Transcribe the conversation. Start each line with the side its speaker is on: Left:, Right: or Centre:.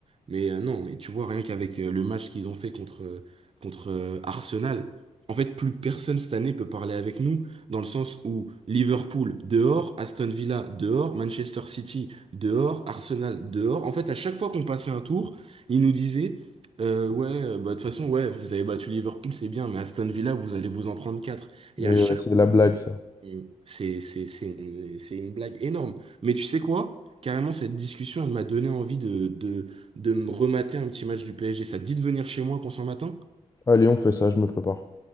Right: Mais euh, non, mais tu vois, rien qu'avec euh, le match qu'ils ont fait contre, euh, contre euh, Arsenal, en fait, plus personne cette année peut parler avec nous, dans le sens où Liverpool dehors, Aston Villa dehors, Manchester City dehors, Arsenal dehors. En fait, à chaque fois qu'on passait un tour, ils nous disaient euh, ouais, euh, bah, de toute façon, ouais, vous avez battu Liverpool, c'est bien, mais Aston Villa, vous allez vous en prendre quatre Et
Left: Et
Right: à chaque
Left: ouais, c'est
Right: fois,
Left: la blague, ça.
Right: euh, c'est, c'est, c'est une, c'est une blague énorme. Mais tu sais quoi? Carrément, cette discussion, elle m'a donné envie de, de, de me remater un petit match du PSG. Ça te dit de venir chez moi qu'on s'en matin?
Left: Allez, on fait ça, je me prépare.